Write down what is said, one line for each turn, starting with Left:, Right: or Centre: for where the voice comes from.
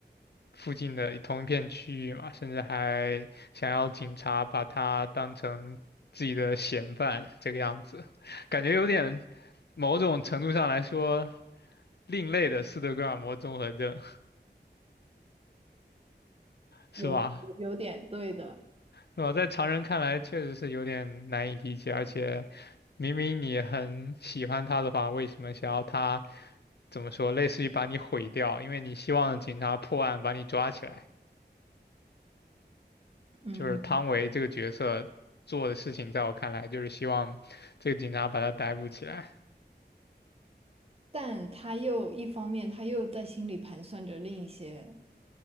Left: 附近的一同一片区域嘛，甚至还想要警察把他当成自己的嫌犯这个样子，感觉有点某种程度上来说另类的斯德哥尔摩综合症，是吧？
Right: 有有点对的，
Left: 是吧？在常人看来确实是有点难以理解，而且明明你很喜欢他的话，为什么想要他？怎么说，类似于把你毁掉，因为你希望警察破案把你抓起来。
Right: 嗯，
Left: 就是汤唯这个角色做的事情，在我看来就是希望这个警察把他逮捕起来。
Right: 但他又一方面他又在心里盘算着另一些